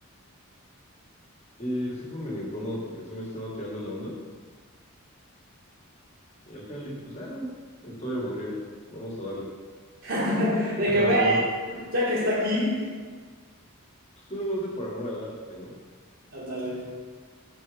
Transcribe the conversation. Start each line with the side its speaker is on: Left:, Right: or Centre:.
Left: Y sí fue medio incómodo porque sí me estaba tirando la onda. Y al final dije, pues, ah, estoy aburrido, vamos a darle.
Right: <laughs> De
Left: Pero
Right: que, bueno,
Left: lo, <laughs>
Right: ya que está aquí,
Left: pues uno lo hace por amor al arte, ¿no?
Right: ándale.